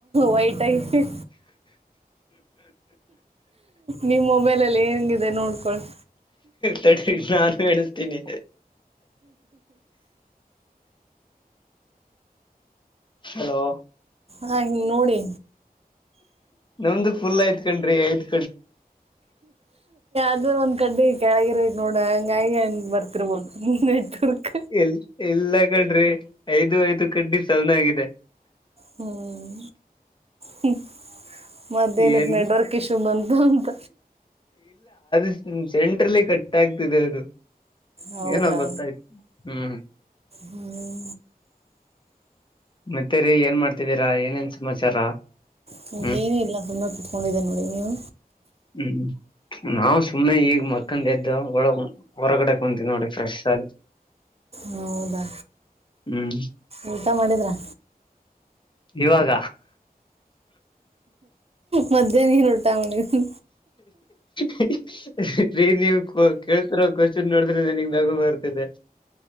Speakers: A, on the right; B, on the left.
A: ವೈಟ್ ಆಗಿ ಹ ನಿಮ ಮೊಬೈಲಲ್ಲಿ ಹೆಂಗಿದೆ ನೋಡ್ಕೊಳ್ಳಿ
B: ತಡ್ರಿ ನಾನು ಹೇಳಸ್ತೀನಿ ಹಲೋ
A: ಹಾ ಹ ನೋಡಿ
B: ನಮ್ದು ಪುಲ್ ಆಯ್ತ್ ಕೊಡ್ರಿ ಐಯ್ತ
A: ಅ್ರ ಒಂದ್ ಕಡ್ಡೆ ಕೆಳಗಿರ್ಬೇಕಕ್ ನೋಡ ಹಂಗಾಯ ಹಂಗ ಬರ್ತಿರ್ಬೋದು ನೆಟ್ ವರ್ಕ್
B: ಎಲ್ ಇಲ್ಲ ಕಣ್ರಿ ಐದು ಐದು ಕಡ್ಡಿ ಸವನಾಗಿದೆ
A: ಹ್ಮ್ ಹ್ಮ್ ಮದೇನಕ್ಕೆ
B: ಏನ್
A: ನೆಡ್ವರ್ಕ್ ಇಶೂ ಬಂತು ಅಂತ
B: ್ಮ ಸೆಂಟ್ರಲ್ಲೇ ಕಟ್ಟ ಗೊತ್ತಾಗ್ತಿದೆ ಅದು
A: ಹೌದಾ
B: ಏನೋ ಗೊತ್ತಾಯ್ತು ಹ್ಮ್
A: ಹ್ಮ್.
B: ಮತ್ತೇರಿ ಏನ್ ಮಾಡ್ತಿದ್ದೀರಾ ಏನೇನ್ ಸಮಾಚಾರ
A: ಹ
B: ಹ್ಮ್
A: ಏನ ಇಲ್ಲ ಸುಮ್ಮ ಕತ್ಕೊಂಡಿದ್ದೇ ನೋಡಿ ನೀವು
B: ಹ್ಮ್ ನಾವವು ಸುಮ್ಮ್ನೆ ಈಗ್ ಮಕ್ಕಂದ ಎದ್ದು ಒಳ ಹೊರಗಡೆ ಕುಂತೀವಿ ನೋಡಿ ಫ್ರೆಶ್ ಆಗಿ
A: ಹೌದಾ
B: ಹ್ಮ್
A: ಊಟ ಮಾಡಿದ್ರಾ
B: ಇವಾಗ
A: ಮಧ್ಯಾಹ್ನ ನೀನು ಊಟ ಮಾಡಿದ್ರಿ
B: ಹ ರಿ ನೀವು ಕೇಳ್ತರ ಕೋಶನ್ನ್ ನೋಡಿದ್ರೆ ನನಗ್ ನಗು ಬರ್ತಿದೆ